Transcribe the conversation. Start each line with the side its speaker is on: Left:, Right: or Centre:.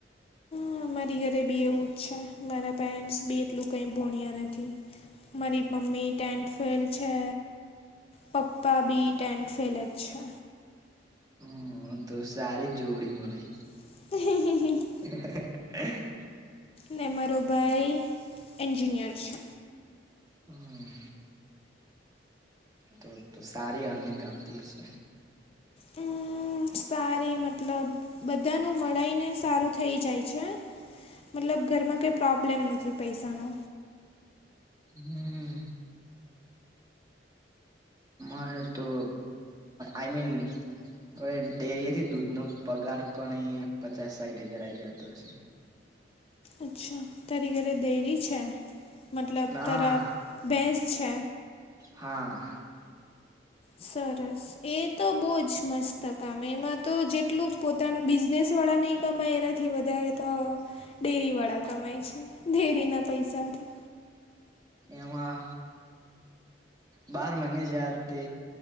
Left: હા મારી ઘરે બી એવું જ છે મારા પેરેન્ટ્સ બી એટલું ક ભોણ્યા નથી મારી મમ્મી ટે ફેલ છે. પપ્પા બી ટન્ડ ફેલ છે.
Right: હમ તો સારી જોડી મળી.
Left: હમ હ હ
Right: <inaudible>
Left: ને મારો ભાઈ એન્જિનિયર છે.
Right: હમ. તો તો સારી અર્નિંગ આવતી હશે.
Left: હ સારી મતલબ બધા ન મળીને સારું થઇ જાય છે. મતલબ ઘરમાં કંઈ પ્રોબ્લેમ નથી પૈસાનો.
Right: હમ અરે તો આઈમન હવે ડેરીથી દૂધ નો પગાર પણ એ પચાસ સાઠ હજાર આવી જતો હશે.
Left: અચ્છા તારી ઘરે ડેરી છે મતલબ
Right: ના
Left: તારા ભેંસ છે.
Right: હા.
Left: સરસ એ તો બહુ જ મસ્ત કામ એમાં તો જેટલું પો ત બિઝનેસવાળા નહીં કમાય એનાથી વધારે તો ડેરીવાળા કમાય છે ડેરીના પૈસાથી.
Right: એવા. બાર મહિને જે તે